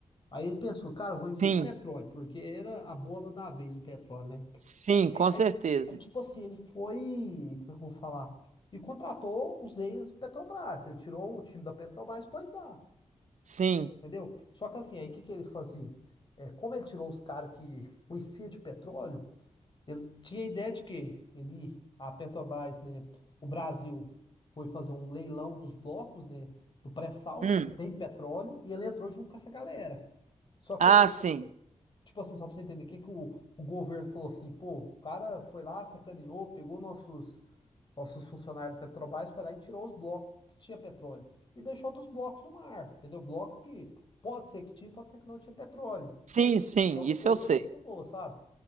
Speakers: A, on the left; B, on the right.
A: Aí ele pensou, cara, eu vou investir
B: Sim.
A: no petróleo, porque era a bola da vez o petróleo, né?
B: Sim, com
A: Aí, aí,
B: certeza.
A: ti- aí, tipo assim, ele foi, como é que eu vou falar? E contratou os ex-Petrobras, ele tirou o time da Petrobras, pois dá,
B: Sim.
A: entendeu? Só que assim, aí o que que ele fazia? É, como ele tirou os caras que conhecia de petróleo, ele tinha a ideia de que ele, a Petrobras, né, o Brasil foi fazer um leilão dos blocos, né, do pré-sal,
B: Hum.
A: que tem petróleo, e ele entrou junto com essa galera. Só que,
B: Ah,
A: o-
B: sim.
A: tipo assim, só pra você entender, o que que o, o governo falou assim, pô, o cara foi lá, sacaneou, pegou nossos, nossos funcionários do Petrobras, foi lá e tirou os blocos que tinha petróleo. E deixou outros blocos no mar, entendeu? Blocos que pode ser que tinha, pode ser que não tinha petróleo.
B: Sim, sim,
A: Então
B: isso
A: isso aí
B: eu
A: que
B: sei.
A: ele afundou, sabe?